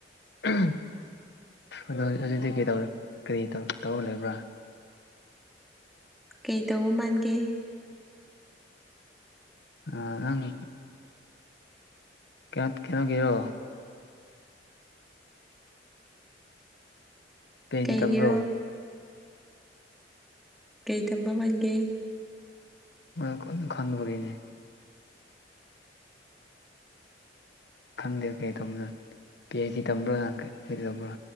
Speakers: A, on the left (about 65°); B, in the centre.
A: <unintelligible> ꯑꯗꯣ ꯍꯧꯖꯤꯛ ꯍꯧꯖꯤꯛꯇꯤ ꯀꯩꯗꯧ ꯀꯔꯤ ꯇꯧ ꯇꯧꯔ ꯂꯩꯕ꯭ꯔꯥ
B: ꯀꯩ ꯇꯧꯕ ꯃꯥꯟꯒꯦ
A: ꯑꯥ ꯅꯪ ꯀꯩ ꯀꯩꯅꯣꯒꯤꯔꯣ ꯄꯤꯍꯥꯁꯗꯤ
B: ꯀꯩꯒꯤꯔꯣ
A: ꯇꯝꯕ꯭ꯔꯣ
B: ꯀꯩ ꯇꯝꯕ ꯃꯥꯟꯒꯦ
A: <unintelligible> ꯈꯪꯗꯕꯒꯤꯅꯦ ꯈꯪꯗꯦ ꯀꯩ ꯇꯧꯕꯅꯣ ꯄꯤ ꯑꯩꯆ ꯗꯤ ꯇꯝꯕ꯭ꯔꯣ ꯅ ꯀꯩ ꯇꯧꯕ꯭ꯔꯣ